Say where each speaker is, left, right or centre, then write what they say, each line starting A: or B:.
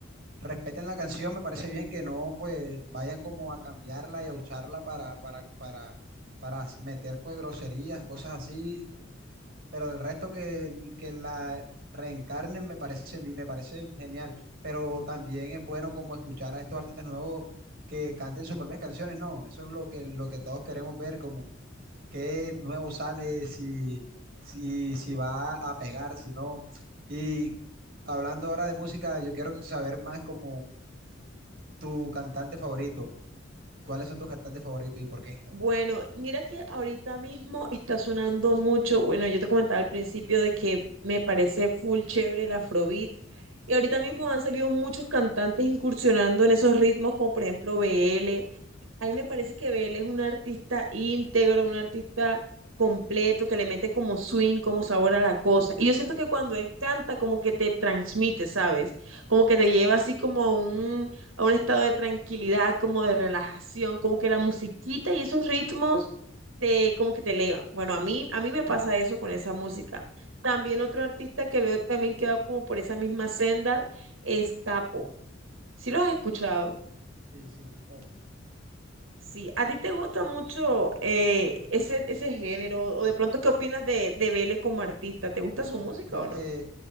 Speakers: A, on the right; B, on the right.
A: respeten la canción, me parece bien que no pues vayan como a cambiarla y a usarla para, para, para, para meter pues groserías, cosas así pero del resto que, que la reencarnen me parece, me parece genial. Pero también es bueno como escuchar a estos artistas nuevos que canten sus propias canciones, ¿no? Eso es lo que, lo que todos queremos ver, como qué nuevo sale, si, si, si va a pegar, si no. Y hablando ahora de música, yo quiero saber más como tu cantante favorito. ¿Cuáles son tus cantantes favoritos y por qué?
B: Bueno, mira que ahorita mismo está sonando mucho, bueno, yo te comentaba al principio de que me parece full chévere el Afrobeat y ahorita mismo han salido muchos cantantes incursionando en esos ritmos como por ejemplo BL. Ahí me parece que BL es un artista íntegro, un artista completo que le mete como swing, como sabor a la cosa. Y yo siento que cuando él canta como que te transmite, ¿sabes? Como que te lleva así como a un a un estado de tranquilidad, como de relajación, como que la musiquita y esos ritmos te, como que te elevan. Bueno, a mí, a mí me pasa eso con esa música. También otro artista que veo también que va como por esa misma senda es Capo. ¿Sí lo has escuchado?
A: Sí, sí, capo.
B: Sí, ¿a ti te gusta mucho eh, ese, ese género? ¿O de pronto qué opinas de, de Vele como artista? ¿Te gusta su música
A: No,
B: o no?
A: eh,